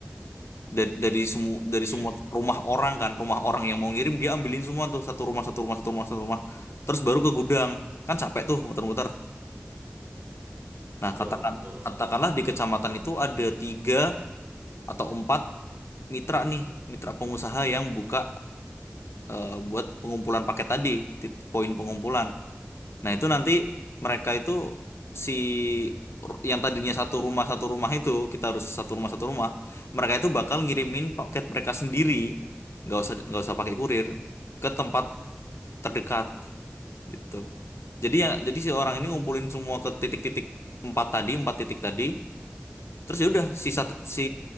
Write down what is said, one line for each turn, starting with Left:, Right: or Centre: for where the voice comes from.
Left: dari dari semua dari
Right: Iya,
Left: semua rumah orang kan rumah orang yang mau ngirim dia ambilin semua tuh satu rumah satu rumah satu rumah satu rumah terus baru ke gudang kan capek tuh muter-muter. Nah
Right: betul,
Left: katakan
Right: betul.
Left: katakanlah di kecamatan itu ada tiga atau empat mitra nih, mitra pengusaha yang buka eh, buat pengumpulan paket tadi, tit- poin pengumpulan. Nah, itu nanti mereka itu si ru- yang tadinya satu rumah satu rumah itu kita harus satu rumah satu rumah, mereka itu bakal ngirimin paket mereka sendiri, nggak usah nggak usah pakai kurir ke tempat terdekat gitu. Jadi ya jadi si
Right: Hmm.
Left: orang ini ngumpulin semua ke titik-titik empat tadi, empat titik tadi. Terus ya udah si satu si